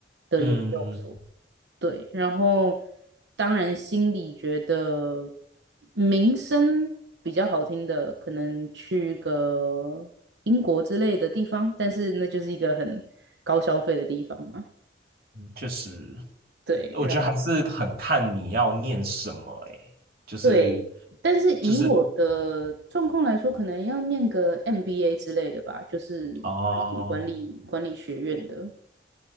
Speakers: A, on the right; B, on the right.
A: 的研究所。
B: 嗯，
A: 对，然后当然心里觉得名声比较好听的，可能去个英国之类的地方，但是那就是一个很高消费的地方嘛。
B: 确实，
A: 对，
B: 我觉得还是很看你要念什么、欸哎，就是
A: 对，但是以我的状况来说，
B: 就是
A: 可能要念个 MBA 之类的吧，就是
B: 哦，
A: 管理管理学院的。